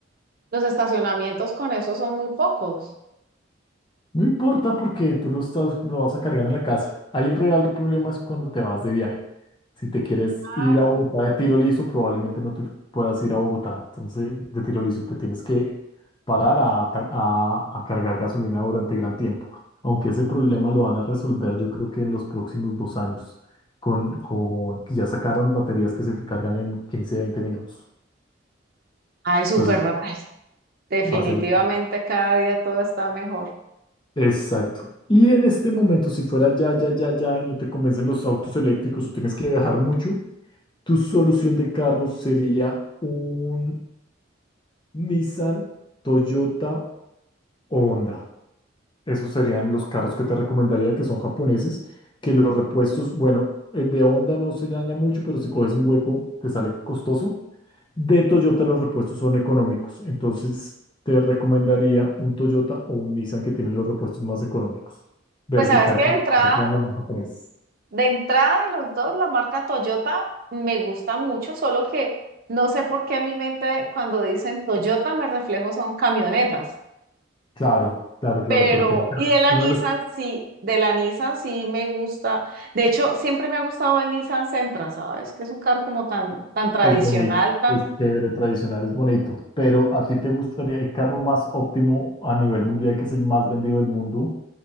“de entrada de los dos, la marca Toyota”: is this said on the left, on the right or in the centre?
Right